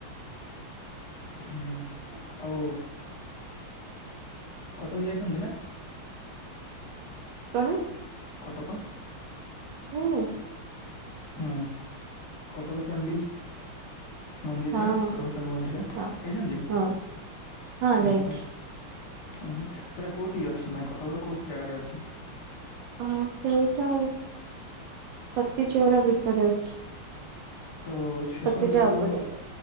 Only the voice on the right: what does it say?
କଣ?
ହୁଁ।
ହଁ
ହଁ
ହଁ ହଁ
ଯାଇଛି।
ହଁ ସେଇଟା ସତି ଚଉରା ଭିତରେ ଅଛି।
ସତୀଚଉରା
ଉପରେ